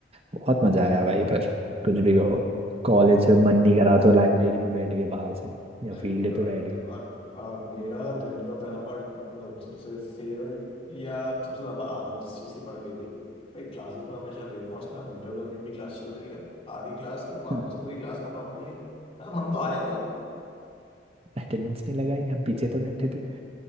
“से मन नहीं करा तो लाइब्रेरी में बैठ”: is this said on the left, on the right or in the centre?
Right